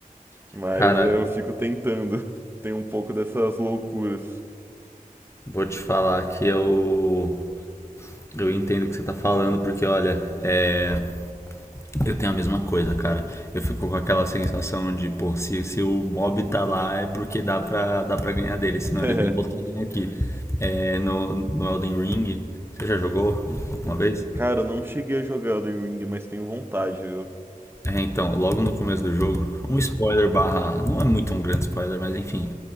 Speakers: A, on the right; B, on the left.
A: Mas
B: cara,
A: é, eu fico tentando. <laughs> Tem um pouco dessas loucuras.
B: vou te falar que eu. Eu entendo o que você tá falando, porque olha, é. Eu tenho a mesma coisa, cara. Eu fico com aquela sensação de, pô, se, se o mob tá lá é porque dá pra, dá pra ganhar dele, senão
A: <laughs>
B: eles nem botaram aqui. É, no, no Elden Ring, você já jogou alguma vez?
A: Cara, eu não cheguei a jogar Elden Ring, mas tenho vontade, viu?
B: É, então, logo no começo do jogo, um spoiler barra, não é muito um grande spoiler, mas enfim.